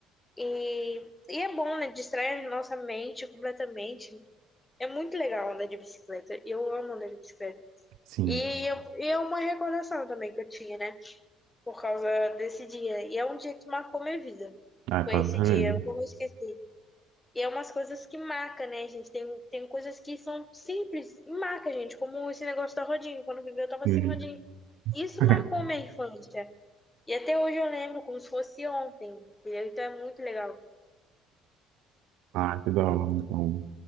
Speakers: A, on the left; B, on the right.
A: E, e é bom, né? Distrai a nossa mente completamente. É muito legal andar de bicicleta. Eu amo andar de bicicleta.
B: Sim.
A: E, eu, e é uma recordação também que eu tinha, né? Por causa desse dia. E é um dia que marcou minha vida.
B: Ah, é
A: Foi
B: pra
A: esse
B: ver.
A: dia, eu nunca vou esquecer. E é umas coisas que marca, né, gente? Tem, tem coisas que são simples e marca, gente. Como esse negócio da rodinha. Quando eu vivi, eu tava
B: Sim.
A: sem rodinha. Isso
B: <laughs>
A: marcou minha infância. E até hoje eu lembro como se fosse ontem. entendeu? Então é muito legal.
B: Ah, que da hora, então.